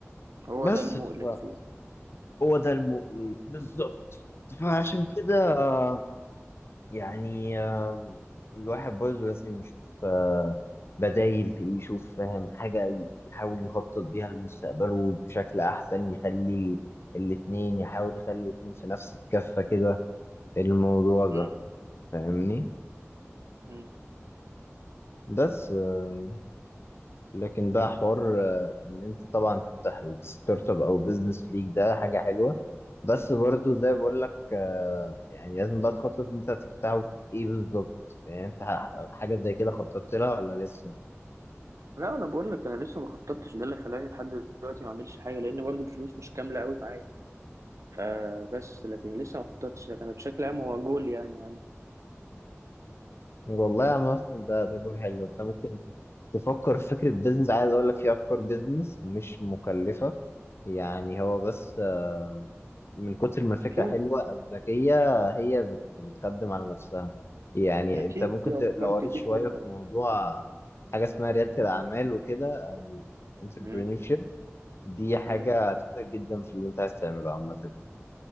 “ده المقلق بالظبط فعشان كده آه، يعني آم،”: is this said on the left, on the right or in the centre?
Left